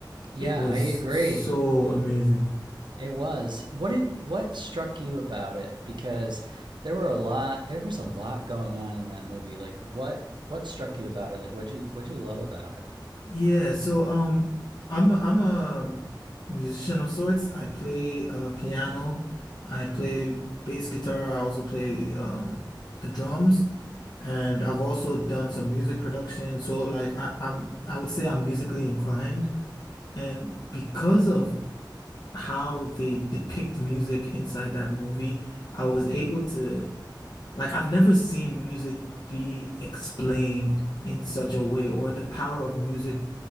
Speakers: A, on the right; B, on the left.
A: Yeah,
B: It was
A: I agree.
B: so amazing.
A: It was. What did what struck you about it? Because there were a lot there was a lot going on in that movie. Like what what struck you about it? Like what you what you love about it?
B: Yeah, so um I'm a, I'm a musician of sorts. I play uh piano, I play bass guitar, I also play um the drums, and I've also done some music production. So like I, I'm I would say I'm musically inclined, and because of how they depict music inside that movie, I was able to like I've never seen music be explained in such a way or the power of music